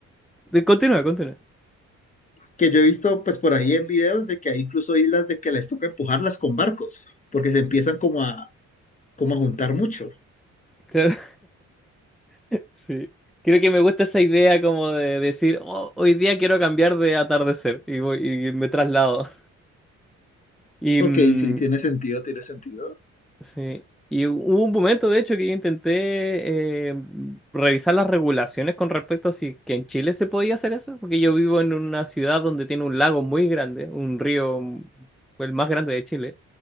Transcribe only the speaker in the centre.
De- Continúa, continúa.
Claro, <laughs> sí. Creo que me gusta esa idea como de decir, "Oh, hoy día quiero cambiar de atardecer. Y voy, y me traslado. Y,
mm,
Sí. Y hu- hubo un momento, de hecho, que yo intenté eh, revisar las regulaciones con respecto a si que en Chile se podía hacer eso, porque yo vivo en una ciudad donde tiene un lago muy grande, un río, mm, el más grande de Chile,